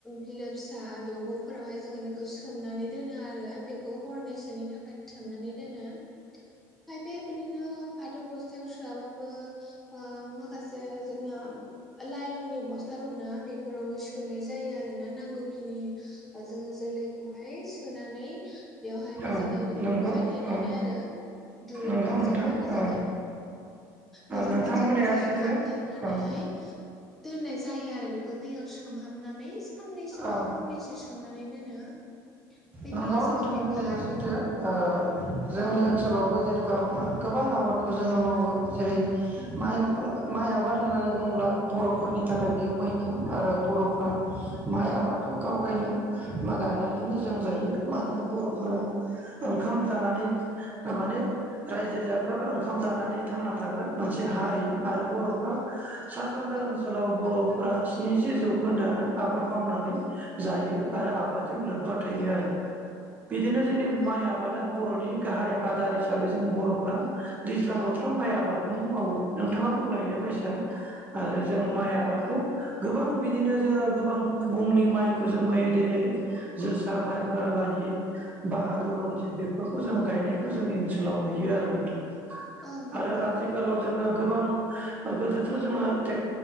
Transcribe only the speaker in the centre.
बिलो फिसा दंग'फोरावहाय जोङो बेखौ सोमनानै दोनो आरो बे खौ हरनैसोनि थाखाय सोमनानै दोनो खायफाया बिदिनो फाथो बस्थायाव सोआबाबो ओ माखासे जोंना लाइलननि बस्था दंना बे फोरावबो सोनाय जायो आरो ना। नांगौखिनि ओ जोङो जोलैखौहाय सोनानै बेवहाय मोजाङै
बेखौ
खाथेनानै
आरो दुरुंफोरजोंहाय
मोजाङै
दुरुंफोरजों
मोजाङै
खाथेनानैहाय
दोननाय जायो आरो बे खौ दैयाव सोमहाबनानै साननैसो बा
हरनैसो सोमनानै दोनो। बेनि
उनाव जोङो
बेखौहाय
औ
उम
उम
औ
उम
उम
औ नंगौ